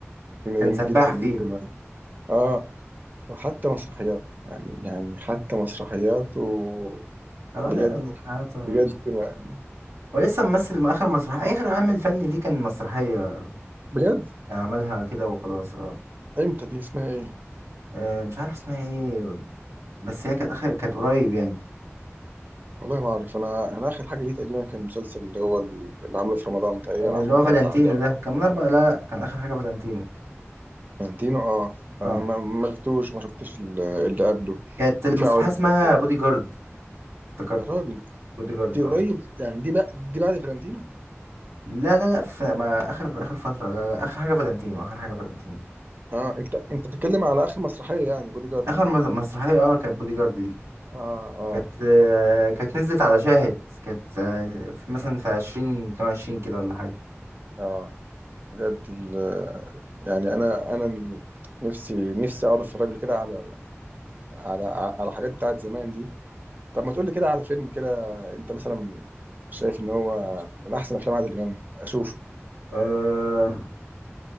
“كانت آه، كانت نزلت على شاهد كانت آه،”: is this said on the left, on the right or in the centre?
Right